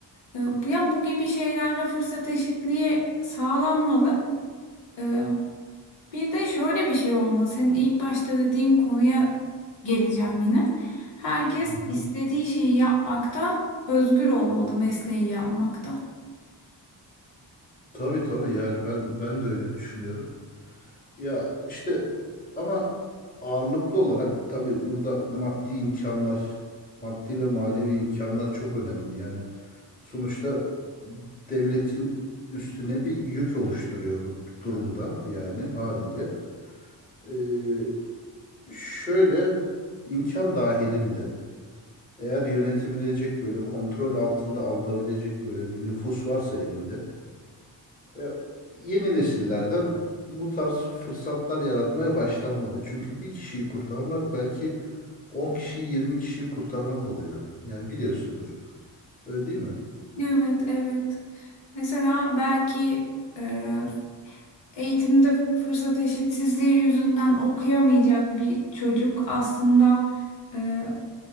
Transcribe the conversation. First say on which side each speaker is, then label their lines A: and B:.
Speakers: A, on the left; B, on the left.
A: e, bu ya bu gibi şeylerle fırsat eşitliği sağlanmalı. E, bir de şöyle bir şey olmalı. Senin ilk başta dediğin konuya geleceğim yine. Herkes
B: Hı hı.
A: istediği şeyi yapmakta özgür olmalı mesleği yapmakta.
B: Tabii tabii yani ben ben de öyle düşünüyorum. Ya işte ama ağırlıklı olarak tabii burada maddi imkanlar, maddi ve manevi imkanlar çok önemli. Yani Sonuçta devletin üstüne bir yük oluşturuyor bu durumda yani haliyle. Ee, şöyle imkan dahilinde eğer yönetebilecek böyle kontrol altında alınabilecek böyle bir nüfus varsa elinde e, yeni nesillerden bu tarz fırsatlar yaratmaya başlanmalı. Çünkü bir kişiyi kurtarmak belki on kişiyi 20 kişiyi kurtarmak oluyor. Yani biliyorsundur. Öyle değil mi?
A: Evet, evet. Mesela belki e, eğitimde fırsat eşitsizliği yüzünden okuyamayacak bir çocuk aslında e,